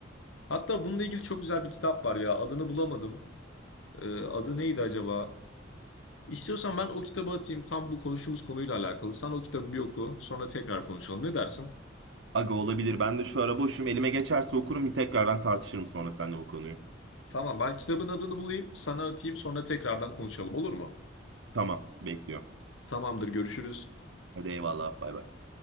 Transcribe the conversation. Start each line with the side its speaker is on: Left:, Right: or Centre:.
Left: Hatta bununla ilgili çok güzel bir kitap var ya. Adını bulamadım. Ee, adı neydi acaba? İstiyorsan ben o kitabı atayım tam bu konuştuğumuz konuyla alakalı. Sen o kitabı bir oku, sonra tekrar konuşalım. Ne dersin?
Right: Aga olabilir. Ben de şu ara boşum. Elime geçerse okurum. Tekrardan tartışırım sonra seninle bu konuyu.
Left: Tamam, ben kitabın adını bulayım, sana atayım, sonra tekrardan konuşalım olur mu?
Right: Tamam, bekliyorum.
Left: Tamamdır, görüşürüz.
Right: Hadi eyvallah. Bay bay.